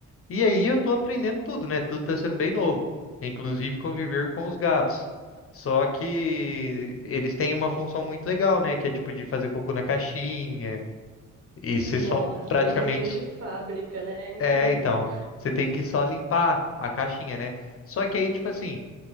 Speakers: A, on the left; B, on the right.
A: E aí eu tô aprendendo tudo, né? Tudo tá sendo bem novo, inclusive conviver com os gatos. Só que eles têm uma função muito legal, né? Que é tipo de fazer cocô na caixinha e você
B: Nossa,
A: só praticamente
B: eles vêm de fábrica, né? É incrível.
A: é, então, você tem que só limpar a caixinha, né? Só que aí tipo assim,